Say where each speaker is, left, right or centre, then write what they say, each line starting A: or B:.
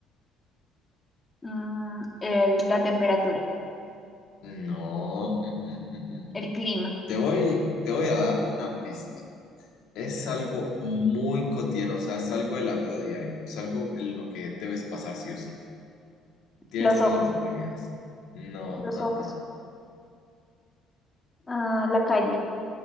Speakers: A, on the left; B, on the left.
A: Mm, el- la temperatura.
B: No. mm, mm, mm, mm.
A: El clima.
B: Te voy, te voy a dar una pista. Es algo muy cotidiano, o sea, es algo de la vida diaria, es algo en lo que debes pasar sí o sí. Tienes
A: Los
B: tres
A: ojos.
B: oportunidades. No,
A: Los
B: ah,
A: ojos.
B: ah,
A: Ah, la calle.